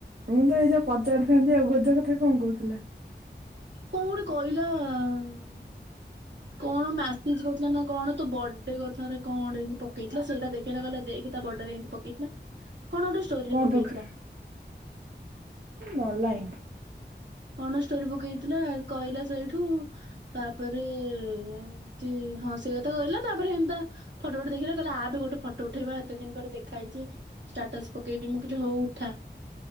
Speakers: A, on the right; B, on the right.
A: ମୁଁ ଏଇ ଯୋଉ ପଚାରିଥାନ୍ତି ଆଉ ଗୋଜ ତ କଥା କଣ କହୁଥିଲା?
B: କଣ ଗୋଟେ କହିଲା ଉଁ କଣ ମ୍ୟାସିଜ କରିଥିଲା ନା କଣ ତୁ ବଡେ କଥା ରେ କଣ ଏମିତି ପକେଇଥିଲା ସେଇଟା ଦେଖେଇଲା କହିଲା ତା ବଡରେମତି ପକେଇଥିଲା। କଣ ଗୋଟେ ଷ୍ଟୋରିରେ
A: କଣ
B: ପକେଇଥିଲା
A: ପକ ମ ଲାଇନ୍‌
B: କଣ ଷ୍ଟୋରି ପକେଇଥିଲା କହିଲା ସେଇଠୁ ତାପରେ କହୁଚି ହଁ ସେ କଥା କହିଲା ତାପରେ ଏନ୍ତା ଫୋଟ ଗୋଟେ ଦେଖିବା କହିଲା ଆ ବି ଗୋଟେ ଫଟୋ ଉଠେଇବା ଏତେ ଦିନ ପରେ ଦେଖା ହେଇଛି ଷ୍ଟାଟସ ପକେଇବି ମୁଁ କହିଲି ହଉ ଉଠା।